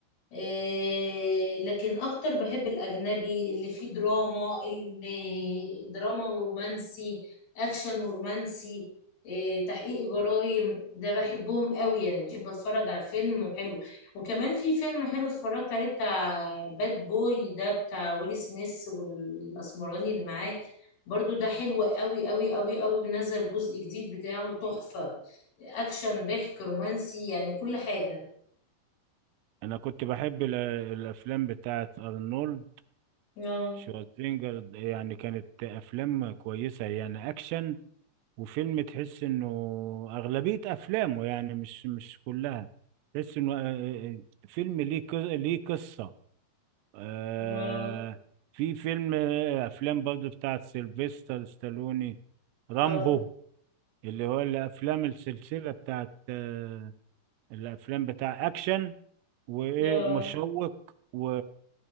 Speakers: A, on the left; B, on the right.
A: إيه، لكن اكتر بحب الاجنبي اللي فيه دراما اللي دراما ورومانسي اكشن ورومانسي إيه، تحقيق جرائم ده بحبهم قوي يعني بحب اتفرج على الفيلم وحلو وكمان في فيلم حلو اتفرجت عليه بتاع باد بوي ده بتاع ويلي سميث والاسمراني اللي معاه برضو ده حلو قوي قوي قوي قوي نزل جزء جديد بتاعه تحفة اكشن ضحك رومانسي يعني كل حاجة
B: انا كنت بحب ال... الافلام بتاعه ارنولد
A: اه
B: شوارزنيجر يعني كانت افلام كويسه يعني اكشن وفيلم تحس انه اغلبيه افلامه يعني مش مش كلها تحس انه آه، آه، فيلم ليه ق... ليه قصه آه...
A: اه
B: في فيلم آه، افلام برضه بتاعه سيلفستر ستالوني رامبو
A: لا
B: اللي هو الافلام السلسله بتاعت آه، الافلام بتاع اكشن وايه
A: لا
B: مشوق و